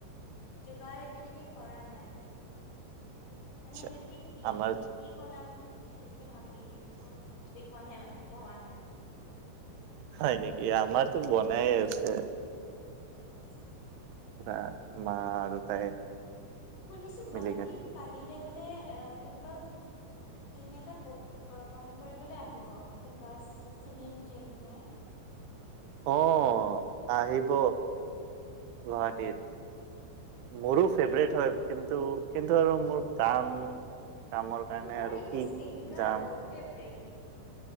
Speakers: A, on the left; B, on the right.
A: যোগাৰ এতিয়ালৈকে কৰা নাই। মানে
B: আচ্ছা
A: এতিয়ালৈকে কি
B: আমাৰ
A: কি বনাম এতিয়ালৈকে ভাবি ভ ভাবি পোৱা নাই মানে ভবা নাই।
B: হয় নেকি, আমাৰতো বনাই আছে।
A: আচ্ছা আচ্ছা।
B: পৰা মা আৰু তাই।
A: শুনিছো গুৱাহাটী
B: মিলি কেনে।
A: কালিলে বোলে এ কোনোবা টিম এটা ৰ্পফম কৰিবলৈ আহিব কোনবা চিঙগিঙ টিম হয়।
B: আহ আহিব, গুৱাহাটীত। মোৰো
A: তাকে
B: ফেভাৰেট হয় কিন্তু কিন্তু আৰু মোৰ কাম কামৰ কাৰণে
A: তোমাৰ
B: আৰু
A: এনে
B: কি
A: ছিংগাৰ
B: যাম।
A: কোন ফেভৰেট